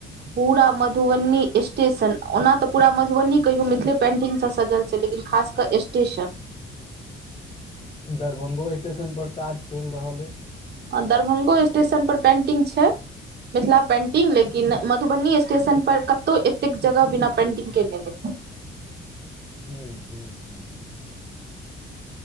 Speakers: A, on the right; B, on the left.
A: पूरा मधुबनी स्टेशन ओना तऽ पूरा मधुबनी कहियौ मिथिले पेंटिंगसँ सजल छै लेकिन खासकर स्टेशन
B: दरभ्ंगो स्टेशन पर तऽ काज चलि रहल हइ
A: ह दरभंगो स्टेशन पर पेंटिंग छै मिथिला पेन्टिंग लेकिन मधुबनी स्टेशनपर कतहु एतेक जगह बिना पेन्टिंगके नहि देखथि ह
B: हू हू ह